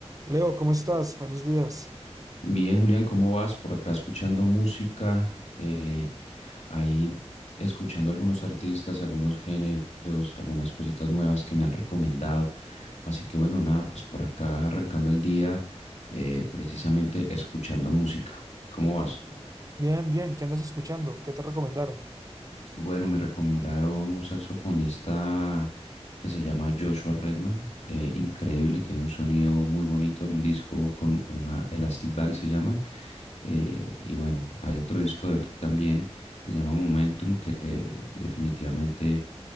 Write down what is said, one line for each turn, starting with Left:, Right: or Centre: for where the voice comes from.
Right: Leo, ¿cómo estás? Buenos días.
Left: Bien, Julián, ¿cómo vas? Por acá escuchando música, eh, ahí escuchando algunos artistas, algunos géneros, algunas cositas nuevas que me han recomendado. Así que bueno, nada, pues por acá arrancando el día, eh, precisamente escuchando música. ¿Cómo vas?
Right: Bien, bien, ¿qué andas escuchando? ¿Qué te recomendaron?
Left: Bueno, me recomendaron un saxofonista que se llama Joshua Redman. eh, increíble, tiene un sonido muy bonito, un disco con una Elastic Band se llama. eh, y bueno, hay otro disco de él también que se llama Momentum, que eh, definitivamente